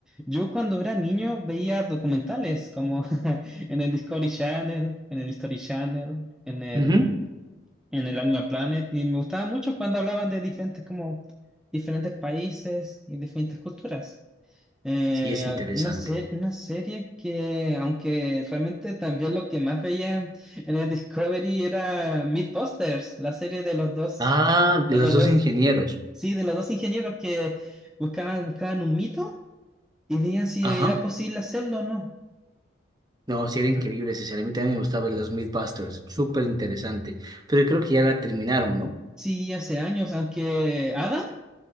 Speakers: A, in the centre; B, on the right.
A: Yo cuando era niño veía documentales como <laughs> en el Discovery Channel, en el History Channel, en el,
B: Ujú.
A: en el Animal Planet, y me gustaba mucho cuando hablaban de diferentes como diferentes países y diferentes culturas. Eh,
B: Sí, es interesante.
A: una, se- una serie que, aunque realmente también lo que más veía en, en el Discovery era Mythbusters, la serie de los dos,
B: Ah,
A: de
B: los
A: los
B: dos
A: dos,
B: ingenieros.
A: sí, de los dos ingenieros que buscaban, buscaban un mito y veían si
B: Ajá.
A: era posible hacerlo o no.
B: No, sí era increíble, sinceramente a mí me gustaba los Mythbusters, súper interesante. Pero creo que ya la terminaron, ¿no?
A: Sí, hace años, aunque Adam